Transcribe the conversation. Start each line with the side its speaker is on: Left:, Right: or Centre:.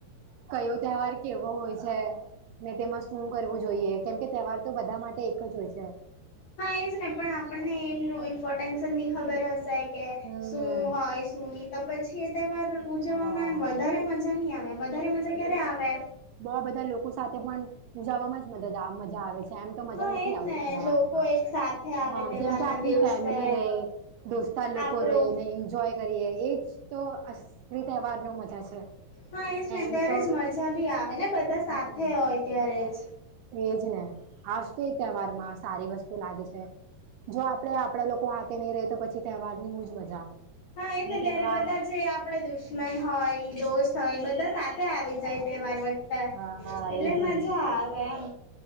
Right: કયો તહેવાર કેવો હોય છે. ને તેમાં શું કરવું જોઈએ કેમ કે તહેવાર તો બધા માટે એકજ હોય છે.
Left: હા એજ નહી પણ આપણને એમનું ઇમ્પોર્ટન્સજ નની ખબર હશે. કે
Right: હમ
Left: શું હોય શું નહી તો પછી એ તહેવાર ઉજવવામાં
Right: હા
Left: એમ વધારે મજા નહી આવે. વધારે મજા ક્યારે આવે.
Right: બઉ બધા લોકો સાથે પણ ઉજાવામાં જ મદ મજા આવે છે. એમ તો મજા
Left: હા
Right: નથી
Left: એજ
Right: આવતી
Left: ને
Right: તહેવારમાં
Left: લોકો એક સાથે આવે
Right: હ
Left: તહેવારના
Right: જેમ તો આપણી
Left: દિવસે
Right: ફેમિલી રહી. દોસ્તા લોકો
Left: આપડું
Right: રને એન્જોય કરીએ એજ તો અસરી તહેવારન મજા છે.
Left: હા એજ ને
Right: એમ
Left: ત્યારેજ
Right: તો
Left: મજાભી આવે ને બધા
Right: હમ
Left: સાથે હોય ત્યારેજ.
Right: એજ ને આજ તો એક તહેવારમાં સારી વસ્તુ લાગે છે. જો આપડે આપડા લોકો હાથે નહીં રહે તો પછી તહેવારની હું જ મજા.
Left: હા એને
Right: ને તહેવાર
Left: ત્યારે બધાજે. આપડે દુશ્મન હોય દોસ્ત હોય બધા સાથે આવી જાય તહેવાર વ. એટલે
Right: હા હા એજ ને
Left: મજા આવે એમ.